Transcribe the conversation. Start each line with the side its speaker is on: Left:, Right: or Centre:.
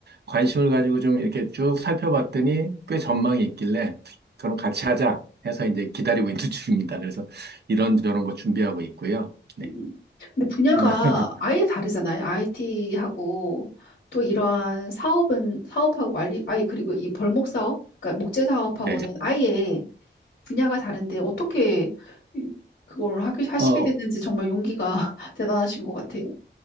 Right: 관심을 가지고 좀 이렇게 쭉 살펴봤더니 꽤 전망이 있길래 그럼 같이 하자 해서 이제 기다리고 있는 <laughs> 중입니다. 그래서 이런저런 거 준비하고 있고요. 네.
Left: 음. 근데 분야가
Right: <laughs>
Left: 아예 다르잖아요. IT하고 또 이러한 사업은 사업하고 완리, 아예 그리고 이 벌목 사업, 그러니까 목재 사업하고는
Right: 네.
Left: 아예 분야가 다른데 어떻게 이- 그걸 하게 하시게
Right: 어,
Left: 됐는지 정말 용기가 <laughs> 대단하신 것 같아요.